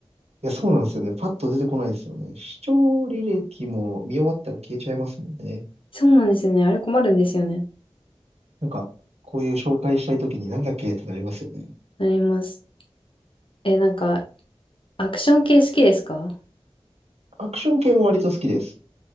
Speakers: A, on the right (about 85°); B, on the left (about 55°).
A: や、そうなんですよね。パッと出てこないですよね。視聴履歴も見終わったら消えちゃいますもんね。
B: そうなんですよね。あれ困るんですよね。
A: なんか、こういう紹介したいときになんだっけってなりますよね。
B: なります。えなんか、アクション系好きですか
A: アクション系も割と好きです。